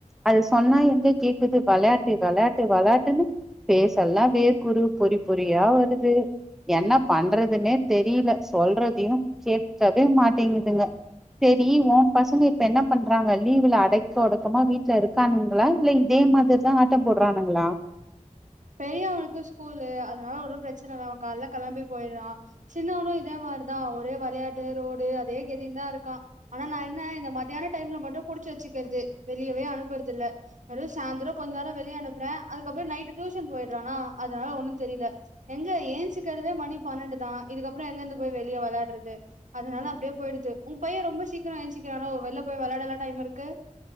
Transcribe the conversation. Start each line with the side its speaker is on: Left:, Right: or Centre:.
Centre: அது சொன்னா எங்கே கேக்குது விளையாட்டு விளையாட்டு விளையாட்டு டுனு ஃபேசெல்லா வேர் குறு பொறி பொறியா வருது என்ன பண்றதுன்னே தெரியல சொல்றதையு கேக்கவே மாட்டேங்குதுங்க சேரி ஓ பசங்க இப்ப என்ன பண்றாங்க லீவுல அடைக்க உடக்கமா வீட்டுல இருக் க்கானுங்களா இல்ல இதே மாறிதான் ஆட்டம் போடுறானுங்களா
Right: பெரிய அவனுக்கு ஸ்கூலு அதனால ஒன்னு பிரச்சனை இல்ல அவன் காலை ல கிளம்பி போய்டுறான் சின்னவனும் இதே மாறிதான் ஒரே விளையாட்டு ரோடு அதே கெதி தான் இருக்கான் ஆனா நா என்ன இந்த மத்தியான டைம்ல மட்டும் புடிச்சு வச்சுக்கிறது வெளியவே அனுப்புறது இல்ல நடுவே சாயந்தர கொஞ்சோ நேரம் வெளிய அனுப்புறேன் அதுக்கப்பறோ நைட்டு் டியூஷன் போயிடுறானா அதனால ஒண்ணு தெரியல எங்க ஏன்ச்சுக்கிறதே மணி பன்னெண்டு தான் இதுக்கப்பறோ எங்கிருந்து போய் வெளியே விளையாடுறது அதனால அப்டியே போயிடுது உன் பையன் ரொம்ப சீக்கிரம் ஏன்ச்சிகிறானே வெளில போய் விளையாடலாம் டைம் இருக்கு